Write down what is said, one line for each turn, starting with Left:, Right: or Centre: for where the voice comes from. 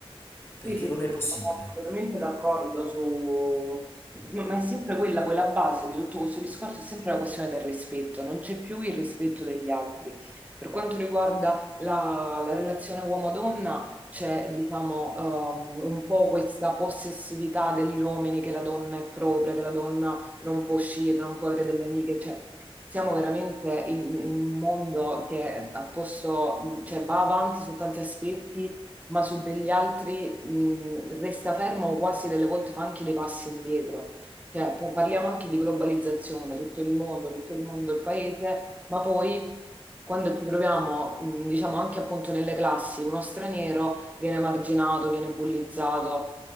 Left: perché
Right: Sì, sì,
Left: non
Right: sì,
Left: è
Right: no,
Left: possibile.
Right: sono assolutamente d'accordo su... Ma ma è sempre quella, poi la base di tutto questo discorso è sempre la questione del rispetto, non c'è più il rispetto degli altri. Per quanto riguarda la, la relazione uomo-donna, c'è, diciamo, ehm, un po' questa possessività degli uomini che la donna è propria, che la donna non può uscire, non può avere delle amiche, cioè siamo veramente in, in un mondo che ha posto, cioè, va avanti su tanti aspetti ma su degli altri mh, resta fermo o quasi delle volte fa anche dei passi indietro. Cioè, po- parliamo anche di globalizzazione, tutto il mondo, tutto il mondo è il paese, ma poi quando ci troviamo, mh, diciamo anche appunto nelle classi, uno straniero viene marginato, viene bullizzato.